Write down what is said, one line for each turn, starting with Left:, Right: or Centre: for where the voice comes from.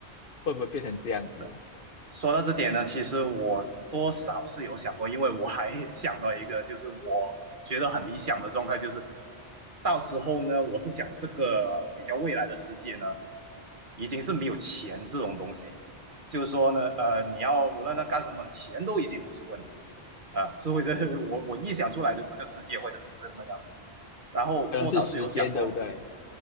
Left: 会不会变成这样子，
Right: 对。说到这点呢，其实我多少是有想过，因为我还 <laughs> 想到一个，就是我觉得很理想的状态，就是到时候呢，我是想这个比较未来的世界呢，已经是没有钱这种东西，就是说呢，呃，你要无论他干什么，钱都已经不是问题啊，是会这 <laughs> 我我臆想出来的这个世界会是这么样子，然后多少是有想过。
Left: 可能是时间，对不对？